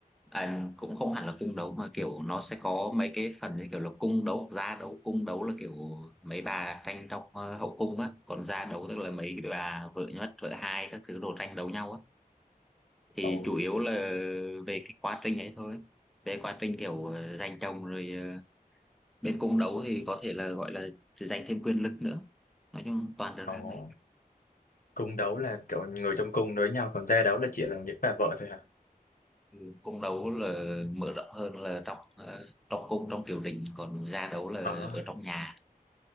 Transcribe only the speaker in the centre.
à, cũng không hẳn là cung đấu mà kiểu nó sẽ có mấy cái phần như kiểu là cung đấu gia đấu cung đấu là kiểu mấy bà tranh trong ờ, hậu cung á còn gia đấu tức là mấy bà vợ nhất vợ hai các thứ đồ tranh đấu nhau á thì
chủ yếu là về cái quá trình ấy thôi về quá trình kiểu ờ, giành chồng rồi ờ, bên cung đấu thì có thể là gọi là giành thêm quyền lực nữa nói chung toàn drama
ừ, cung đấu là mở rộng hơn là trong ờ, trong cung trong triều đình còn gia đấu là
ở trong nhà